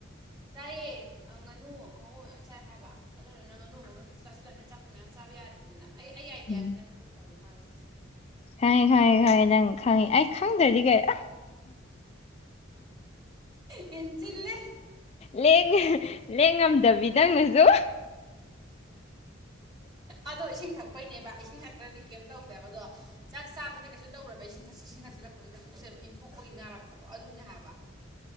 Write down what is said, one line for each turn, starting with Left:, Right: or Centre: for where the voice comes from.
Right: ꯆꯥꯏꯌꯦ ꯉꯥꯅꯨ ꯑꯉꯧꯕ ꯃꯌꯥꯝ ꯆꯥꯏ ꯍꯥꯏꯕ ꯑꯗꯨꯗꯨꯅ ꯉꯥꯅꯨ ꯑꯉꯧꯕꯗꯣ ꯆꯥꯁꯤꯜꯂꯝꯅꯤ ꯆꯥꯛꯇꯨ ꯃꯌꯥꯝ ꯆꯥꯕ ꯌꯥꯗ꯭ꯔꯤꯗꯅ ꯑꯩ ꯑꯩ ꯑꯥꯏꯗꯤꯌꯥꯁꯤ
Left: ꯎꯝ
Right: ꯅꯪ ꯈꯪꯗ꯭ꯔꯕ ꯃꯥꯜꯂꯦ
Left: ꯈꯪꯉꯦ ꯈꯪꯉꯦ ꯈꯪꯉꯦ ꯅꯪ ꯈꯪꯉꯤ ꯑꯩ ꯈꯪꯗ꯭ꯔꯗꯤ ꯀꯩꯔꯥ
Right: ꯍꯦꯟꯁꯤꯜꯂꯦ
Left: ꯂꯦꯡꯉ ꯂꯦꯡꯉꯝꯗꯕꯤ ꯅꯪꯅꯥꯁꯨ
Right: ꯑꯗꯣ ꯏꯁꯤꯡ ꯊꯛꯄꯩꯅꯦꯕ ꯏꯁꯤꯡ ꯊꯛꯇ꯭ꯔꯗꯤ ꯀꯦꯝ ꯇꯧꯗꯦꯕ ꯑꯗꯣ ꯆꯥꯛ ꯆꯥꯕꯗꯤ ꯀꯩꯁꯨ ꯇꯧꯔꯕ ꯏꯁꯤꯟ ꯊꯛꯆꯜꯂꯛꯄꯁꯤꯗ ꯄꯨꯛꯁꯦꯟꯕ ꯏꯟꯊꯣꯛꯄꯒꯤ ꯅꯥꯔꯛꯄꯗꯣ ꯑꯗꯨꯅꯦ ꯍꯥꯏꯕ